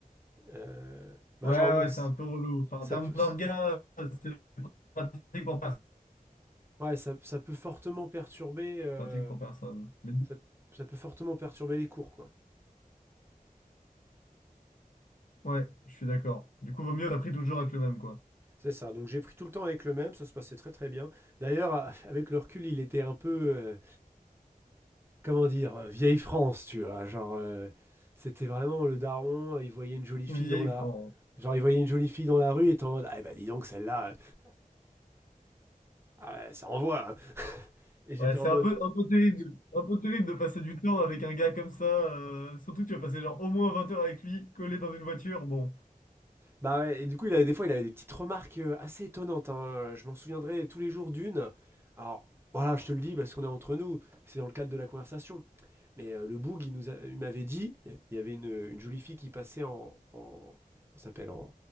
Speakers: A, on the right; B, on the left.
A: Euh, bah,
B: Ouais,
A: genre, en mode.
B: ouais, c'est un peu relou. Enfin, en
A: Ça
B: termes
A: peut,
B: d'orgas, c'est pratique pour personne.
A: Ouais, ça, ça peut fortement perturber, euh,
B: Pratique pour personne. Mais
A: ça, ça peut fortement perturber les cours, quoi.
B: ouais, je suis d'accord. Du coup, vaut mieux, t'as pris toujours avec le même, quoi.
A: C'est ça. Donc j'ai pris tout le temps avec le même, ça se passait très très bien. D'ailleurs, a- <laughs> avec le recul, il était un peu, euh, comment dire, euh, vieille France, tu vois. Genre, euh, c'était vraiment le daron. Il voyait une jolie fille
B: Vieille
A: dans la,
B: France.
A: genre il voyait une jolie fille dans la rue, et était en mode, ah bah dis donc celle-là, <laughs> ah, ça envoie. hein. Et j'étais
B: Ouais, c'est
A: en mode,
B: un peu, un peu terrible, un peu terrible de passer du temps avec un gars comme ça. euh, surtout que tu vas passer genre au moins 20 heures avec lui, collé dans une voiture. Bon,
A: Bah ouais, et du coup, il avait, des fois, il avait des petites remarques euh, assez étonnantes. hein. Je m'en souviendrai tous les jours d'une. Alors, voilà, je te le dis parce qu'on est entre nous, c'est dans le cadre de la conversation. Mais euh, le boug, il nous a- il m'avait dit, il y avait une, une jolie fille qui passait en, en comment ça s'appelle, en,